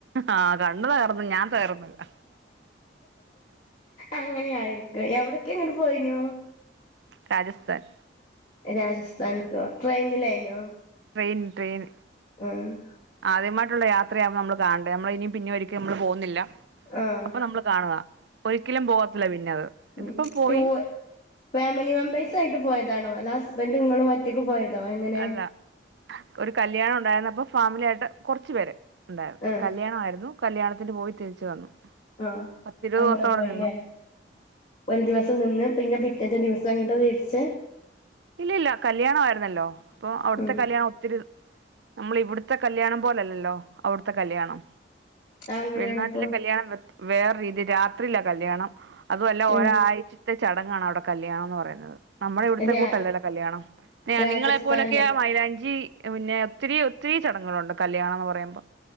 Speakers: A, on the right (about 70°); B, on the left (about 50°).
A: ആഹ് കണ്ണ് തകർന്ന് ഞാൻ തകർന്നില്ല
B: അങ്ങനെയായിരിക്കും എവിടേക്ക് എങ്ങെനെ പോയിനു
A: രാജസ്ഥാൻ
B: രാജസ്ഥാനിക്കോ ട്രെയിനില അനോ
A: ട്രയിൻ ട്രെയിൻ
B: ഉം
A: ആദ്യമായിട്ടുള്ള യാത്രയാ നമ്മള് കാണണ്ടേ നമ്മള് ഇനിയും പിന്നെ ഒരിക്കും നമ്മള് പോകുന്നില്ല
B: ആഹ്
A: അപ്പൊ നമ്മള് കാണുക ഒരിക്കലും പോവത്തില്ല പിന്നെ അത്
B: ഉം
A: ഇതിപ്പം പോയി-
B: ടൂ ഫാമിലി മെമ്പേഴ്സ് ആയിട്ട് പോയതാണോ അല്ലാതെ ഹസ്ബൻഡ് നിങ്ങളും ഒറ്റക്ക് പോയതോ എങ്ങനെ
A: അല്ല ഒരു കല്യാണം ഒണ്ടായിരുന്നു അപ്പൊ ഫാമിലി ആയിട്ട് കൊറച്ചു പേര് ഒണ്ടായിരുന്നു
B: ആഹ്
A: കല്യാണ ആയിരുന്നു കല്യാണത്തിന് പോയി തിരിച്ചു വന്നു
B: ആഹ്
A: പത്തിരുപത്
B: അങ്ങനെ
A: ദിവസം അവിടെ
B: പോയിനെ
A: നിന്നു
B: ഒരു ദിവസം നിന്ന് പിന്നെ പിറ്റെത്തെ ദിവസം അങ്ങോട്ട് തിരിച്ച്
A: ഇല്ല ഇല്ല കല്ലിയാണം ആയിരുന്നല്ലോ അപ്പൊ അവിടുത്തെ
B: ഉം
A: കല്യാണം ഒത്തിരി- നമ്മള് ഇവിടുത്തെ കല്യാണം പോലെ അല്ലല്ലോ അവിടുത്തെ കല്യാണം
B: അങ്ങനെയാണ്
A: വെളിനാട്ടിലെ
B: അപ്പൊ
A: കല്യാണം വേറെ രീതിയിലാ രാത്രിലാ കല്യാണം അതുമല്ല
B: ഉം
A: ഒരാഴ്ച- ത്തെ ചടങ്ങാണ് അവിടെ കല്യാണം എന്ന് പറയുന്നത് നമ്മുടെ ഇവിടുത്തെ
B: രാ
A: കൂട്ട് - അല്ലല്ലോ കല്യാണം പിന്നെ
B: രാജസ്ഥാനിലോ
A: നിങ്ങളെ പോലൊക്കെയ മൈലാഞ്ചി- അതിനു മുന്നേ ഒത്തിരി ഒത്തിരി ചടങ്ങുകളുണ്ട് കല്ലിയാണം എന്ന് പറയുമ്പോ